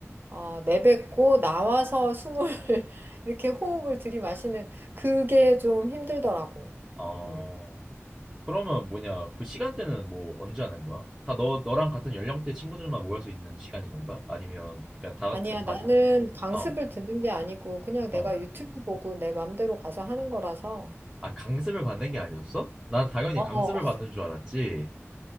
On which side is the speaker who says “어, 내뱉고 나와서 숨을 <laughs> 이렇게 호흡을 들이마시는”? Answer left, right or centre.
Right